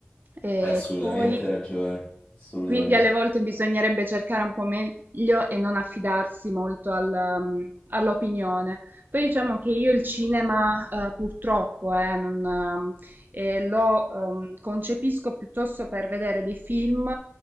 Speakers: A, on the right (about 50°); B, on the left (about 15°).
A: e
B: Hai assolutamente
A: poi
B: ragione, assolutamente.
A: Quindi alle volte bisognerebbe cercare un po' meglio e non affidarsi molto al, um, all'opinione. Poi diciamo che io il cinema, eh, purtroppo, eh, non, um, eh, lo um, concepisco piuttosto per vedere dei film